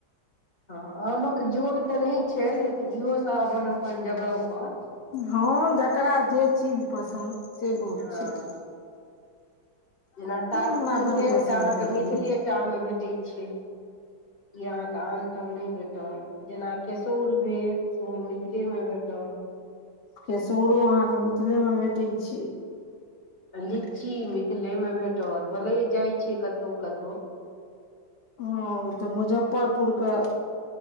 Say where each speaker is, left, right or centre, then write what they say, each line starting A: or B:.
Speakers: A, on the left; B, on the left.
A: हँ आमक जोड़ तऽ नय छै लेकिन इहो सब अपन- अपन जगह पर
B: हँ जकरा जे चीज पसन्द से गप्प
A: हँ
B: छै
A: जेना तारकुन
B: हमरा बड्ड
A: भेल
B: पसिन
A: तऽ आहाँ
B: पड़ैया
A: के मिथिलेटामे भेटैत छै इ आहाँ के आन ठम नय भेटत जेना केसौर भेल सेहो मिथिले मे भेटल
B: केसौरो आहाँ के मिथिले मे भेटैत छै।
A: लीची मिथिले मे भेटत भले जाय छियै कतौ- कतौ
B: हूँ ओ तऽ मुजफ्फरपुर के